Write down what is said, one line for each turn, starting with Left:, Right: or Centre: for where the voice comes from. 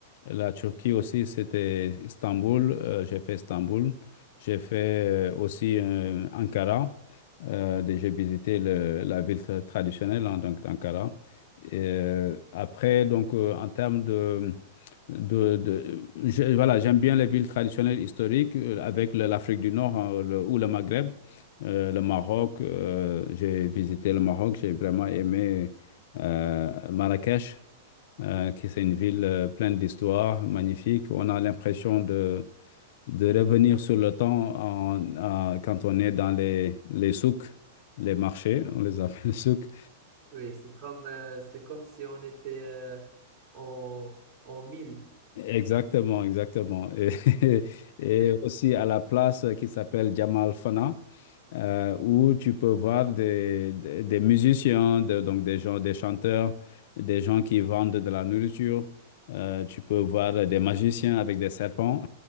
Left: La Turquie aussi, c'était Istanbul. euh, j'ai fait Istanbul. J'ai fait euh, aussi euh, Ankara. Euh, de- j'ai visité le- la ville tra- traditionnelle, hein, donc d'Ankara. Et, euh, après, donc euh, en termes de de, de- je- voilà, j'aime bien les villes traditionnelles historiques euh, avec le- l'Afrique du Nord hein, le- ou le Maghreb, euh, le Maroc. euh, j'ai visité le Maroc, j'ai vraiment aimé euh, Marrakech, euh, qui c'est une ville euh, pleine d'histoire, magnifique. On a l'impression de, de revenir sur le temps en- en- quand on est dans les, les souks, les marchés, on les appelle <laughs> souks.
Right: Oui, c'est comme, euh, c'est comme si on était euh, en, en mille.
Left: Exactement, exactement. Et, <laughs> et-
Right: <laughs>
Left: aussi à la place qui s'appelle Jamal Fana, euh, où tu peux voir des, des, des musiciens, de- donc des gens, des chanteurs, des gens qui vendent de la nourriture. Euh, tu peux voir des magiciens avec des serpents.